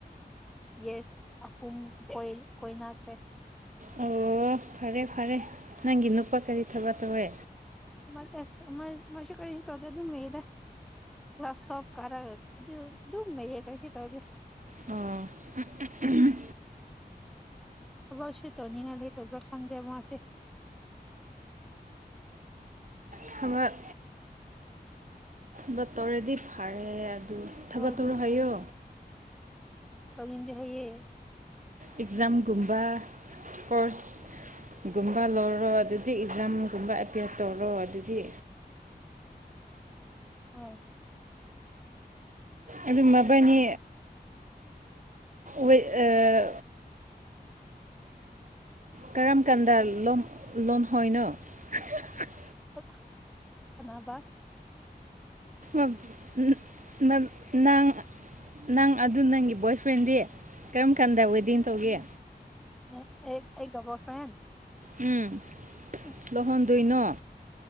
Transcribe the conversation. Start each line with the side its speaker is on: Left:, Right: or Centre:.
Centre: ꯌꯦꯁ ꯍꯨꯝꯣꯏ ꯀꯣꯏꯅꯁꯦ
Right: ꯑꯣ ꯐꯔꯦ ꯐꯔꯦ ꯅꯪꯒꯤ ꯅꯨꯄꯥ ꯀꯔꯤ ꯊꯕꯛ ꯇꯧꯋꯦ
Centre: ꯃ ꯃ ꯃ ꯀꯔꯤꯁꯤ ꯆꯧꯊ ꯑꯗꯨꯅ ꯃꯗ ꯀꯂ꯭ꯥꯁ ꯁꯣꯐ ꯀꯔꯥ ꯑꯗꯨ ꯗꯨꯝ ꯂꯩꯌꯦ ꯀꯩꯁꯨ ꯇꯧꯗꯦ꯫
Right: ꯎꯝ ꯎꯝ ꯎꯝ ꯎꯍꯨꯝ꯫
Centre: ꯋꯔꯁꯤꯞ ꯇꯧꯅꯤꯡꯉꯥꯢ ꯂꯩꯇꯕ ꯈꯪꯗꯦ ꯃꯥꯁꯤ꯫
Right: ꯊꯕꯛ꯫ ꯗꯣ ꯇꯧꯔꯦꯗꯤ ꯐꯔꯦ ꯑꯗꯨ ꯊꯕꯛ
Centre: ꯍꯣꯏ
Right: ꯇꯧꯔꯣ ꯍꯥꯏꯌꯣ꯫
Centre: ꯑꯧꯅꯤꯡꯗꯦ ꯍꯥꯏꯌꯦ꯫
Right: ꯑꯦꯛꯖꯥꯝꯒꯨꯝꯕ ꯀꯣꯔꯁ ꯒꯨꯝꯕ ꯂꯧꯔꯣ ꯑꯗꯨꯗꯤ ꯏꯛꯖꯥꯝꯒꯨꯝꯕ ꯑꯦꯄ꯭ꯤꯌꯔ ꯇꯧꯔꯣ ꯑꯗꯨꯗꯤ꯫
Centre: ꯍꯣꯏ꯫
Right: ꯑꯗꯨ ꯃꯕꯥꯅꯤ ꯋꯤꯠ ꯑꯥ
Centre: <inaudible>
Right: ꯀꯔꯝ ꯀꯥꯟꯗ ꯂꯣꯟ ꯂꯣꯟꯍꯣꯏꯅꯣ ꯍꯥ ꯍꯥ ꯍꯥ꯫
Centre: ꯑꯛꯊꯤ ꯑꯅꯥꯕ
Right: ꯑꯝ ꯎꯝꯍꯨꯝ <inaudible> ꯅꯪ ꯅꯪ ꯑꯗꯨ ꯅꯪꯒꯤ ꯕꯣꯏ ꯐ꯭ꯔꯦꯟꯗꯤ ꯀꯔꯝ ꯀꯥꯟꯗ ꯋꯦꯗꯤꯡ ꯇꯧꯒꯦ꯫
Centre: ꯅꯪ ꯑꯩ ꯑꯩ ꯇꯧꯕ ꯐꯦꯟ꯫
Right: ꯎꯝ꯫
Centre: <inaudible>
Right: ꯂꯨꯍꯣꯡꯗꯣꯏꯅꯣ